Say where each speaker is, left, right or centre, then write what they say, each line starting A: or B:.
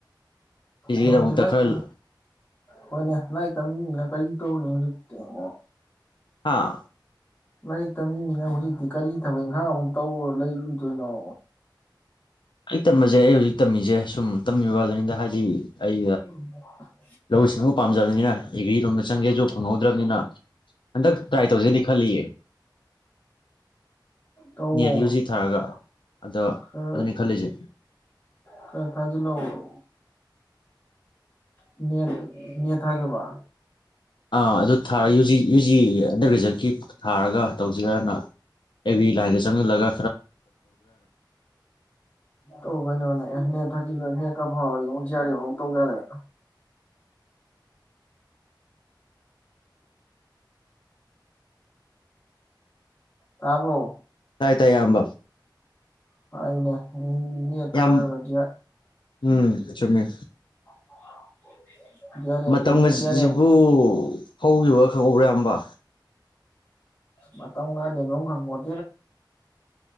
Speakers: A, on the left (about 80°); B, on the left (about 25°).
A: ꯁꯤꯁꯤꯒꯤꯗꯃꯛꯇ
B: ꯅꯣꯏꯗꯤ ꯂꯥꯏꯔꯤꯛ
A: ꯈꯔ
B: ꯇꯝ ꯍꯣꯏꯅꯦ ꯂꯥꯏꯛꯇꯝꯃꯤ ꯃꯤꯅ ꯀꯔꯤ ꯇꯧꯅꯤꯒꯤ ꯀꯩꯅꯣ
A: ꯍꯥꯥ
B: ꯂꯥꯏꯔꯤꯛ ꯇꯝꯃꯤꯃꯤꯅ ꯀꯔꯤ ꯊꯕꯛ ꯏꯪꯒꯥꯡ ꯑꯃꯨꯛ ꯇꯧꯔꯣ ꯂꯩꯔꯨꯗꯣꯏꯅꯣ
A: ꯑꯩ ꯇꯝꯕꯖꯦ ꯑꯩ ꯍꯧꯖꯤꯛ ꯇꯝꯃꯤꯖꯦ ꯁꯨꯝ ꯇꯝꯃꯤꯕꯗꯨꯅꯤꯗ ꯍꯥꯏꯗꯤ
B: <unintelligible>
A: ꯑꯩ ꯂꯧꯎ ꯁꯤꯡꯎ ꯄꯥꯝꯖꯕꯅꯤꯅ ꯑꯦꯒ꯭ꯔꯤ ꯂꯣꯝꯗ ꯆꯪꯒꯦꯖꯨ ꯐꯪꯍꯧꯗ꯭ꯔꯕꯅꯤꯅ ꯍꯟꯗꯛ ꯇ꯭ꯔꯥꯏ ꯇꯧꯖꯤꯔꯗꯤ ꯈꯜꯂꯤꯌꯦ
B: ꯇꯧꯋꯣ
A: ꯅꯦꯠ ꯌꯨ ꯖꯤ ꯊꯥꯔꯒ ꯑꯗ
B: ꯈꯔ
A: ꯑꯗꯨꯅꯤ ꯈꯜꯂꯤꯖꯦ
B: ꯈꯔ ꯊꯥꯖꯤꯜꯂꯛꯑꯣ ꯅꯦꯠ ꯅꯦꯠ ꯊꯥꯒꯤꯕ
A: ꯑꯥ ꯑꯗꯨ ꯊꯥ ꯌꯨ ꯖꯤ ꯌꯨ ꯖꯤꯌꯦ ꯑꯟꯗꯔ ꯒ꯭ꯔꯦꯖꯦꯠ ꯀꯤꯞ ꯊꯥꯔꯒ ꯇꯧꯖꯤꯔꯅꯥ ꯑꯦ ꯕꯤ ꯂꯥꯏꯟꯗ ꯆꯪꯖꯜꯂꯒ
B: ꯇꯧ ꯀꯩꯅꯅꯦ ꯑꯦ ꯅꯦꯠ ꯊꯥꯖꯤꯜꯂꯣ ꯅꯦꯠ ꯀ <unintelligible> ꯌꯥꯔꯦ ꯇꯥꯕꯣꯔꯣ
A: ꯇꯥꯏ ꯇꯥꯏ ꯏꯌꯝꯕ
B: ꯍꯥꯏꯌꯨꯅꯦ ꯅ ꯅꯦꯠ ꯊꯥꯔꯒ
A: ꯌꯥꯝ
B: ꯖꯤꯑ
A: ꯎꯝ ꯆꯨꯝꯃꯦ
B: <unintelligible> ꯑꯦꯐꯇ
A: ꯃꯇꯝꯒꯖꯤꯕꯨ
B: ꯖꯤ ꯑꯥꯔ ꯑꯦꯐ
A: ꯍꯧꯒꯤꯕꯒ ꯈꯪꯍꯧꯕ꯭ꯔꯥ ꯏꯌꯥꯝꯕ
B: ꯃꯇꯝꯒꯗꯕꯝ ꯈꯪꯄꯣꯟ